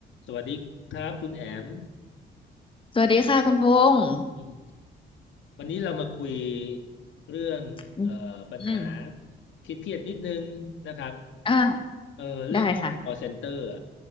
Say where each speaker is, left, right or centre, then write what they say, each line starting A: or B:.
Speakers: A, on the left; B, on the left.
A: สวัสดีครับคุณแอม
B: สวัสดีค่ะคุณพงษ์
A: อืมวันนี้เรามาคุยเรื่องเอ่อปัญหา
B: อืมอืม
A: คิดเครียดๆนิดนึงนะครับ
B: ่า
A: เอ่อเรื่องเกี่ยวกับ
B: ได้ค่ะ
A: call center อ่ะ